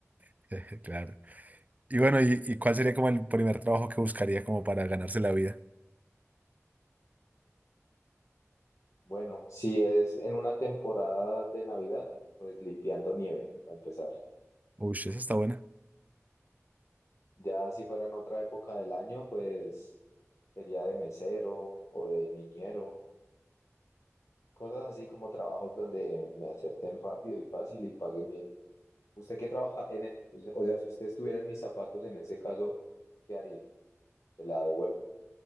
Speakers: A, on the right; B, on the left.
A: <laughs> Claro. Y bueno, ¿y, y cuál sería como el primer trabajo que buscaría como para ganarse la vida?
B: Bueno, si es en una temporada de Navidad, pues limpiando nieve, para empezar.
A: Uy, esa está buena.
B: Ya si fuera en otra época del año, pues sería de mesero o de niñero, cosas así como trabajos donde me acepten rápido y fácil y paguen bien. ¿Usted qué trabaja en, e- o sea, si usted estuviera en mis zapatos en ese caso, ¿qué haría? Se la devuelvo.